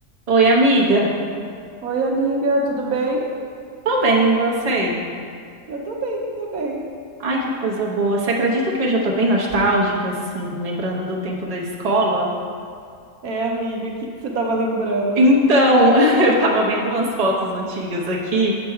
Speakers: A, on the right; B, on the right.
A: Oi, amiga.
B: Oi, amiga, tudo bem?
A: Tô bem, e você?
B: Eu tô bem, tô bem.
A: Ai, que coisa boa. Você acredita que hoje eu tô bem nostálgica, assim, lembrando do tempo da escola?
B: É, amiga, o que que você tava lembrando?
A: Então, <laughs> eu tava vendo umas fotos antigas aqui